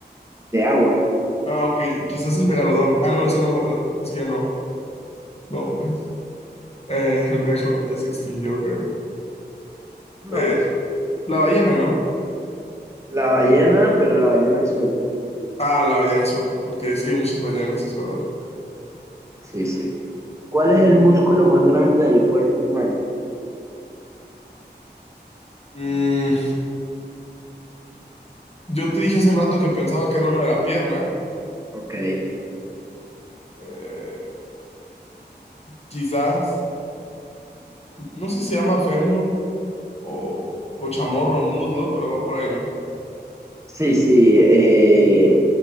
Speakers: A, on the right; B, on the left.
A: de agua.
B: No, ok, quizás el megalodón. Ah, no, ese no, ¿verdad? Ese ya no. No, pues. eh, el megalodón ya se extinguió, creo.
A: No,
B: Eh, la ballena, ¿no?
A: la ballena, pero la ballena azul.
B: Ah, la ballena azul. Ok, es que hay muchas ballenas, es verdad.
A: Sí, sí. ¿Cuál es el músculo más grande del cuerpo humano?
B: Mm, yo te dije hace rato que pensaba que era uno de la pierna.
A: Ok.
B: Eh, quizás, no sé si se llama fémur o, o chamorro o muslo, pero va por ahí, ¿no?
A: Sí, sí, eh,